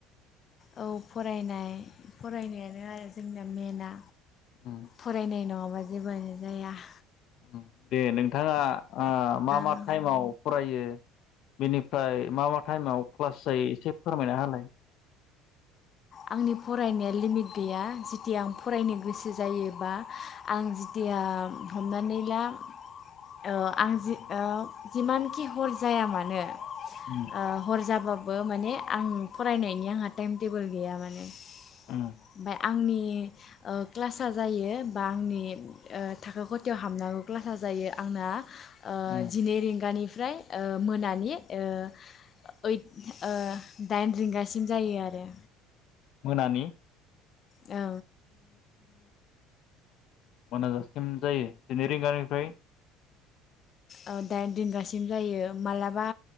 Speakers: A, on the left (about 30°); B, on the left (about 50°).
A: औ फरायनाय फरायनायानो आरो जोंनिया मेनआ।
B: उम
A: फरायनाय नङा बादि जेबोआनो जाया।
B: उम दे। नोंथाङा आ मा मा
A: ओ
B: टाइमाव - फरायो बेनिफ्राय मा मा टाइमाव क्लास जायो एसे फोरमायना होलाय।
A: आंनि फरायनाया लिमिट गैया जेथिया आं फरायनो गोसो जायोबा आं जेथिया हमनानै ला ओ आं जि ओ जिमानखि हर जाया मानो
B: उम
A: ओ हर जाबाबो माने आं फरायनायनि आंहा टाइम टेबोल गैया माने।
B: उम
A: ओमफाय आंनि नि ओ क्लासा जायो बा आंनि ओ थाखो खथायाव हाबनांगौ क्लासा जायो आंना ओ
B: उम
A: जिनै रिंगानि फ्राय ओ मोनानि ओ ओइट ओ डाइन रिंगासिम जायो आरो।
B: मोनानि?
A: औ।
B: मोनाजासिम जायो। जिनै रिंगानिफ्राय
A: ओ डाइन रिंगासिम जायो। मालाबा